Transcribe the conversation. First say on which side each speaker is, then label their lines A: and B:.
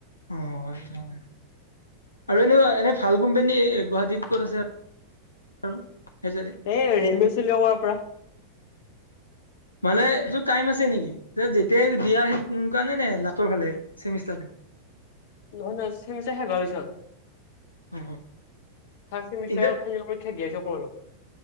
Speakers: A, on the left; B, on the left.
A: অ আচ্ছা আৰু এনেকুৱা এনে ভাল কোম্পানী গুৱাহাটীত ক'ত আছে আৰু সেইযে
B: এ ৰেলোইৰ চেলোইৰ কৰাৰ পৰা
A: মানে সেইটো টাইম আছে নেকি যে যেতিয়াই দিয়া সেই কাৰণে নে লাষ্টৰ ফালে চেমিষ্টাৰটো
B: নহয় নহয় চেমিষ্টাৰ শেষ হোৱাৰ পিছত
A: অ
B: ফাৰ্ষ্ট চেমিষ্টাৰ
A: ইণ্টাৰ
B: <unintelligible>